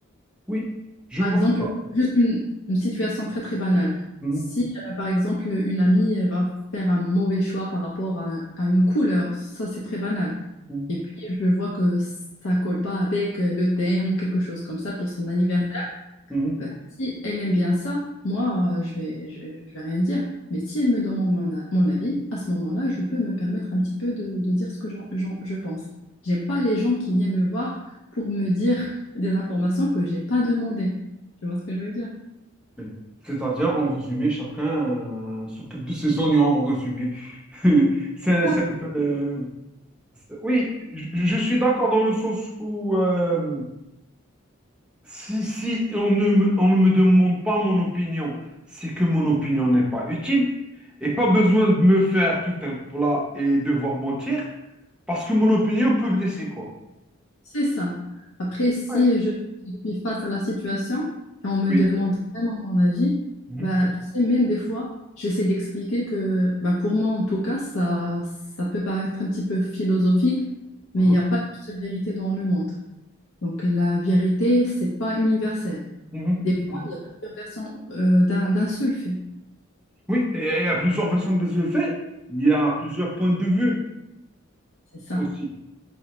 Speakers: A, in the centre; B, on the left (about 70°).
A: Oui, je
B: Par
A: vois
B: exemple,
A: ça.
B: juste une, une situation très très banale.
A: Mhm,
B: Si, euh, par exemple, une amie elle va faire un mauvais choix par rapport à, à une couleur, ça c'est très banal.
A: mhm,
B: Et puis, je vois que ça colle pas avec euh, le thème ou quelque chose comme ça pour son anniversaire.
A: mhm, mhm.
B: Bah, si elle aime bien ça, moi, euh, je vais, je, je vais rien dire. Mais si elle me demande mon, a- mon avis, à ce moment-là, je peux me permettre un petit peu de, de dire ce que j'en- j'en- je pense. J'aime pas les gens qui viennent me voir pour me dire des informations que j'ai pas demandées. Tu vois ce que je veux dire?
A: Oui. C'est-à-dire, en résumé, chacun euh, s'occupe de ses oignons, en résumé. <laughs> C'est un,
B: Ah,
A: c'est un peu, euh, c'est- Oui, je, je suis d'accord dans le sens où euh, Si, si on ne me, on ne me demande pas mon opinion, c'est que mon opinion n'est pas utile et pas besoin de me faire tout un plat et devoir mentir parce que mon opinion peut blesser, quoi.
B: C'est ça. Après, si
A: Ouais.
B: je suis face à la situation et on me
A: Oui.
B: demande vraiment mon avis,
A: Mhm.
B: bah, tu sais, même des fois, j'essaie d'expliquer que bah, pour moi, en tout cas, ça, ça peut paraître un petit peu philosophique, mais
A: Mhm.
B: il n'y a pas une seule vérité dans le monde. Donc, la vérité, c'est pas universel.
A: Mhm.
B: Des fois,
A: Mhm.
B: il y a plusieurs versions euh, d'un, d'un seul fait.
A: Oui, et il y a plusieurs façons de se le faire. Il y a plusieurs points de vue
B: C'est ça.
A: aussi.